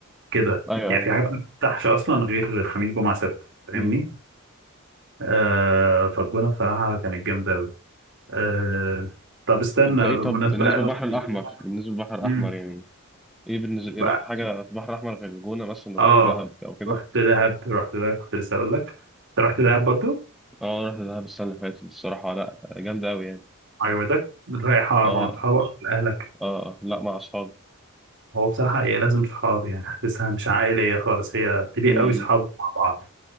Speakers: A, on the right; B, in the centre.
A: كده
B: ايوه
A: يعني
B: ايوه
A: في حاجات ما بتفتحش اصلا غير خميس جمعه سبت فاهمني
B: امم
A: آه فالجونه بصراحه كانت جامده قوي آه طب استنى
B: انت ايه
A: بالمناسبه
B: طب بالنسبه
A: طب
B: للبحر الاحمر
A: بالنسبه بقى
B: بالنسبه للبحر الاحمر
A: امم
B: يعني ايه بالنسبه
A: بقى-
B: ايه رحت حاجه في البحر الاحمر غير الجونه مثلا
A: اه
B: رحت دهب او كده
A: رحت دهب رحت دهب كنت لسه اقول لك انت رحت دهب برضو
B: اه رحت دهب السنه اللي فاتت الصراحه لا جامده قوي يعني
A: عجبتك رايحه
B: اه
A: مع اصحابك ولا اهلك
B: اه آه، لا مع اصحابي
A: هو بصراحة هي لازم صحاب يعني حاسسها مش عائلية خالص هي بليق
B: امم
A: قوي صحاب مع بعض